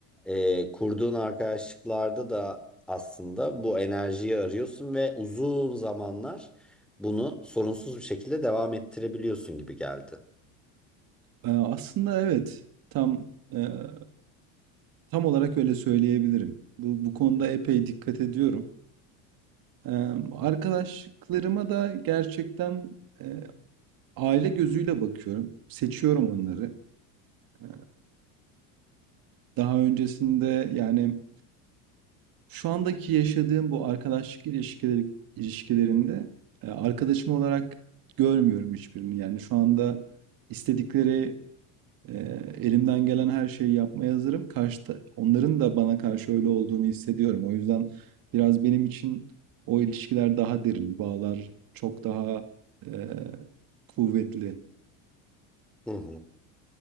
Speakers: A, in the centre; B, on the right (about 55°).
A: eee, kurduğun arkadaşlıklarda da aslında bu enerjiyi arıyorsun ve uzun zamanlar bunu sorunsuz bir şekilde devam ettirebiliyorsun gibi geldi.
B: Eee, aslında evet. Tam, eee, tam olarak öyle söyleyebilirim. Bu bu konuda epey dikkat ediyorum. Emm, arkadaşlıklarıma da gerçekten, eee, aile gözüyle bakıyorum. Seçiyorum onları. Eee, daha öncesinde, yani, şu andaki yaşadığım bu arkadaşlık ilişkileri ilişkilerinde, eee, arkadaşım olarak görmüyorum hiçbirini. Yani, şu anda istedikleri Ee, elimden gelen her şeyi yapmaya hazırım. Karşıta, onların da bana karşı öyle olduğunu hissediyorum. O yüzden biraz benim için o ilişkiler daha derin, bağlar çok daha e, kuvvetli.
A: Hı hı.